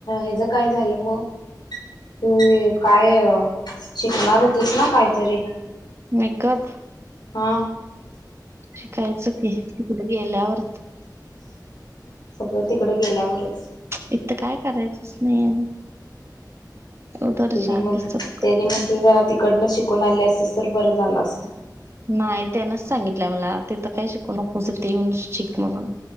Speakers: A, on the left (about 80°); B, on the right (about 35°).
A: हच काय झालं मग तू काय शिकणार होतेस ना काहीतरी
B: मेकअप
A: हा
B: शिकायचं कि त तला गेल्यावर
A: सगळं तिकडें गेल्यावरच
B: इत काय करायचंच नाही आणि उधर
A: म
B: जाके
A: त्या
B: सब करणे
A: मंत्री जरा तिकडनं शिकून आले असे तर बरं झालं असत.
B: नाही त्यांनाच सांगितलं मला तेिथ काही शिकू नकोस ते येऊन शिक म्हणून